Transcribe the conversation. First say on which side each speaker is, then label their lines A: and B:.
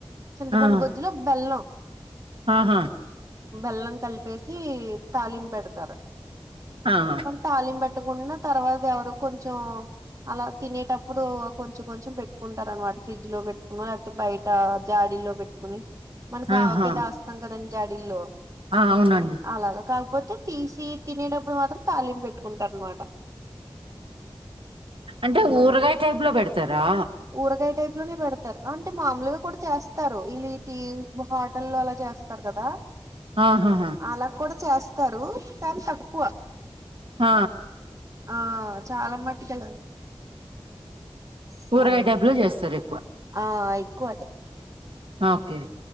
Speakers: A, on the right; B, on the right.
A: చింతపండు
B: ఆ
A: గుజ్జులో బెల్లం
B: ఆహా
A: బేల్లం కలిపేసి తాలింపెడతారు
B: ఆహా
A: తలింపు పెట్టుకున్న తర్వాత ఏడో కొంచం అలా తినేటప్పుడు కొంచెం కొంచెం పెట్టుకుంటారు అనమాట ఫ్రిడ్జ్ లో పెట్టుకున్నా లేకపోతే బయట జాడీల్లో పెట్టుకుని మనకు
B: ఆహా!
A: ఆవకాయ దాస్తాం కదండి జాడీల్లో
B: ఆ అవునండి
A: అలాగా కాకపోతే తీసి తినేటప్పుడు మాత్రం తాలింపు పెట్టుకుంటారు అనమాట
B: అంటే
A: అలాగే
B: ఊరగాయ టైప్ లో పెడతారా
A: ఊరగాయ టైప్ లోనే పెడతారు అంటే మామూలుగా కూడా చేస్తారు ఇలేటి హోటల్ అలా చేస్తారు కదా
B: ఆహాహా
A: అలా కూడా చేస్తారు కానీ తక్కువ
B: ఆ
A: ఆ చాలా మట్టుకెళ్ళాలి సరే
B: ఊరగాయ టైప్‌లో
A: అండి
B: చేస్తారెక్కువ.
A: ఆ ఎక్కువది
B: ఓకే